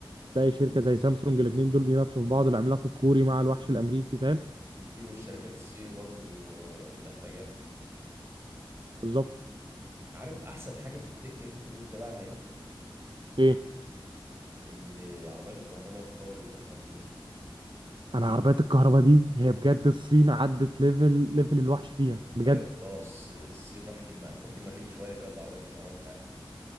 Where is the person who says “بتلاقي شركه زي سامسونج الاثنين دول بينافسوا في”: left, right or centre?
Right